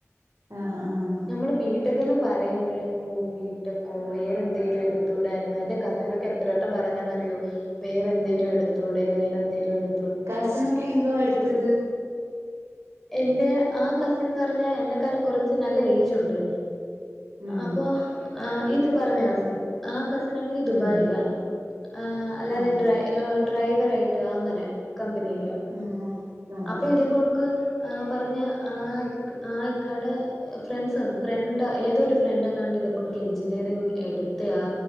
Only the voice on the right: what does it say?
ആഹ് ആഹ്
കസിനൊക്കെ എന്തുവ എടുത്തത്
ഉം
ഉം
ആഹ്
ഉം ഉം ആഹ്